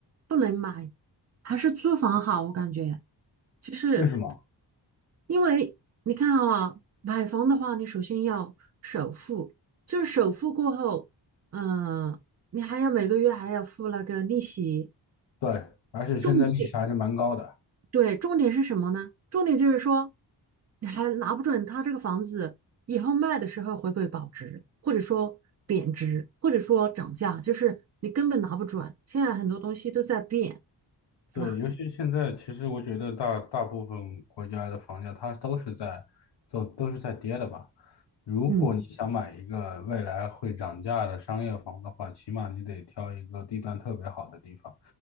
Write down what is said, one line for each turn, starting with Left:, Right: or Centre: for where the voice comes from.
Right: 不能买，还是租房好。我感觉就是
Left: 为什么？
Right: 因为你看啊，买房的话，你首先要首付，就是首付过后，嗯、你还要每个月还要付那个利息。
Left: 对，而且现在利息还是蛮高的。
Right: 重点。对，重点是什么呢？重点就是说，你还拿不准它这个房子以后卖的时候会不会保值，或者说贬值，或者说涨价，就是你根本拿不准。现在很多东西都在变，是吧？
Left: 对，尤其现在，其实我觉得大大部分国家的房价它都是在都都是在跌的吧。如果你想买一个未来会涨价的商业房的话，
Right: 嗯，
Left: 起码你得挑一个地段特别好的地方，